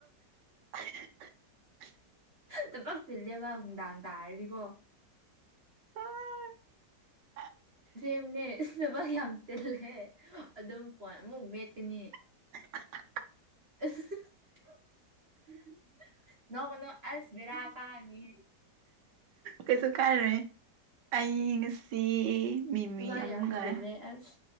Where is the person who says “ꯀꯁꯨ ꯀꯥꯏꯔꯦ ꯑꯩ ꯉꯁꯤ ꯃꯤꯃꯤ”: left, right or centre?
Right